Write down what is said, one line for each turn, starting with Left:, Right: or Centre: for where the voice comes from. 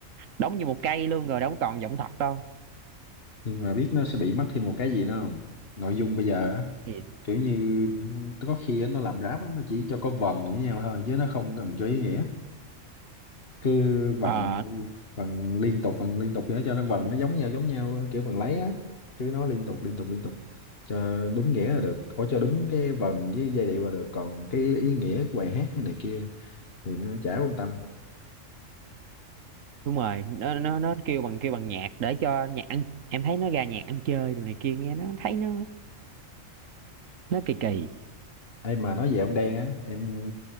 Right: đóng như một cây luôn rồi đâu còn giọng thật đâu
Left: nhưng mà biết nó sẽ bị mất thêm một cái gì nữa không nội dung bây giờ á
Right: thì
Left: kiểu như có khi á, nó làm ráp á, nó chỉ cho có vần với nhau thôi chứ nó không cần cho ý nghĩa cứ vần
Right: ờ
Left: vần liên tục vần liên tục vậy đó, cho nó vần nó giống nhau giống nhau kiểu vần lấy á cứ nói liên tục liên tục liên tục cho đúng nghĩa là được có cho đúng cái vần với giai điệu là được còn cái ý nghĩa của bài hát cái này kia thì nó chả quan tâm
Right: đúng rồi nó nó nó kêu bằng kêu bằng nhạc để cho nhạc ăn em thấy nó ra nhạc ăn chơi đồ này kia nghe nó thấy nó nó kỳ kỳ
Left: em mà nói về ông Đen á em